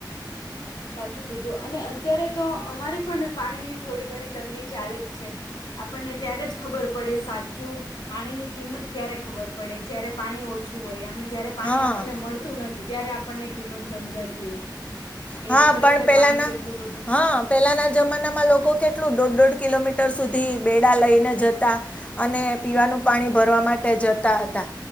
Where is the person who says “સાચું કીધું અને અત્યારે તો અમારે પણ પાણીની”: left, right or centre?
Left